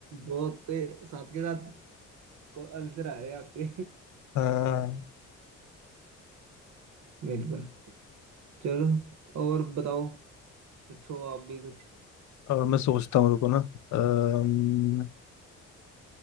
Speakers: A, on the right; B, on the left.
A: बहुत साथ के साथ को आंसर आ रहे हैं आपके
B: हाँ
A: <laughs> बिल्कुल चलो और बताओ पूछो आप भी कुछ
B: और मैं सोचता हूँ रुको ना अम,